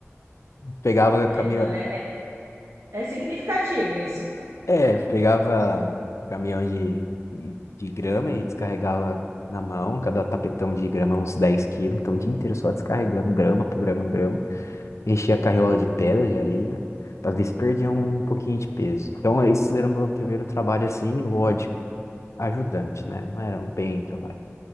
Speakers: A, on the left; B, on the right.
A: Pegava a
B: É,
A: caminha,
B: não, é, é significativo isso.
A: É, pegava caminhão de, de, de grama e descarregava na mão, cada tapetão de grama uns 10 quilos, então o dia inteiro só descarregando grama por grama, grama. Enchia a carriola de pedra, de areia, pra ver se perdia um pouquinho de peso. Então esse era o meu primeiro trabalho assim, lógico, ajudante, né? Não era um bem trabalho.